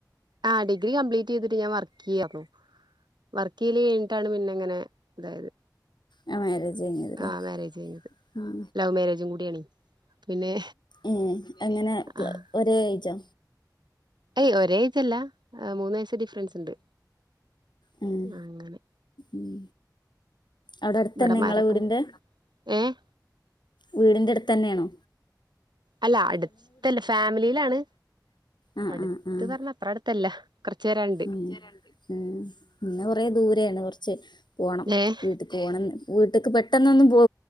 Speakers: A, on the right (about 80°); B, on the left (about 85°).
A: ആ ഡിഗി കംപ്ലീറ്റ് ചെയ്തിട്ട് ഞാൻ വർക്കെയ്യാരുന്നു, വർക്കെയ്യല് കഴിഞ്ഞിട്ടാണ് പിന്നെ ഇങ്ങനെ ഇതായത്.
B: ആ മാരേജ് കയിഞ്ഞതല്ലേ
A: ആഹ് മാരേജ് കഴിഞ്ഞത്
B: ആ..
A: ലവ് മാരേജും കൂടിയാണെ പിന്നെ
B: ഏ എങ്ങനെ പ്
A: ആഹ്
B: ഒരേ ഏജോ,
A: ഏയ് ഒരേ ഏജല്ല അ മൂന്ന് വയസ്സ് ഡിഫ്റൻസ് ഉണ്ട്
B: ഉണ്ട് ഉം
A: അങ്ങനെ..
B: ഉം അവിടെ അടുത്തന്നെ
A: ഇവിടെ മരക്കും
B: ഇങ്ങളെ വീടിന്റെ..
A: ഏഹ്
B: വീടിന്റെ അടുത്തന്നേണോ?
A: അല്ല അടുത്തല്ല ഫാമിലിയിലാണ്
B: ആഹ്
A: അടുത്ത്
B: ആഹ് ആഹ്
A: പറഞ്ഞ അത്ര അടുത്തല്ല. കൊറച്ച് വരാ..
B: ഉം ഉം പിന്നെ കൊറേ ദൂരേണ് കൊറച്ച് പോണം
A: ഏഹ്
B: വീട്ട്.. പോണം വീട്ടക്ക് പെട്ടെന്നൊന്നും പോ